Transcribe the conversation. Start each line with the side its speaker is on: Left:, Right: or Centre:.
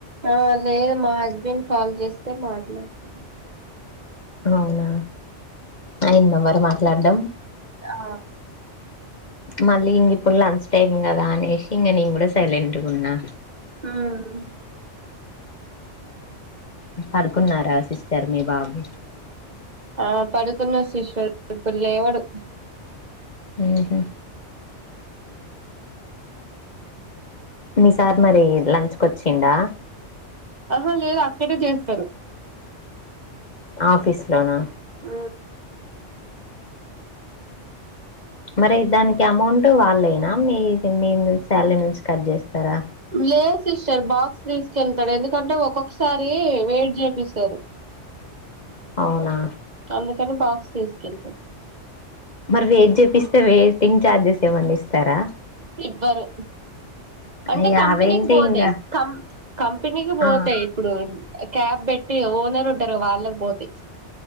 Right: ఆ లేదు మా హస్బెండ్ కాల్ చేస్తే మాట్లాడుతున్నా
Left: అవునా అయిందా మరి మాట్లాడ్డం
Right: ఆ
Left: మళ్ళీ ఇంగా ఇప్పుడు లంచ్ టైమ్ కదా అనేేసి నిను కూడా సైలెంట్ గా ఉన్నా
Right: ఆవు <inaudible>
Left: పడుకున్నారా సిస్టర్ మీ బాబు
Right: ఆ పడుకున్నడు సిస్టర్ ఇప్పుడు లేవడు
Left: ఆహ మీ సార్ మరి లంచ్ కి వచ్చిండా
Right: ఆహా లేదు అక్కడే చేస్తారు
Left: ఆఫీస్ లోనా
Right: ఆ
Left: మరి దానికి అమౌంట్ వాళ్ళయినా మీ మీము శాలరీ నుంచి కట్ చేస్తారా
Right: లేదు సిస్టర్ బాక్స్ తీసుకెళ్తాడు ఎందుకంటే ఒక్కొక్కసారి వెయిట్ చేపిస్తారు
Left: అవునా
Right: అందుకని బాక్స్ తీసుకెళ్తాడు
Left: మరి వెయిట్ చెపిస్తే వెయిటింగ్ ఛార్జెస్ ఏమన్నా ఇస్తారా
Right: ఎవ్వరు అంటే
Left: అయ్యా
Right: కంపెనీకి
Left: అవేంటి
Right: పోతాయ్
Left: ఇంగా
Right: కం కంపెనీకి పోతాయి
Left: ఆ
Right: ఇప్పుడు క్యాబ్ పెట్టి ఓనర్ ఉంటారు వాళ్ళకు పోతాయ్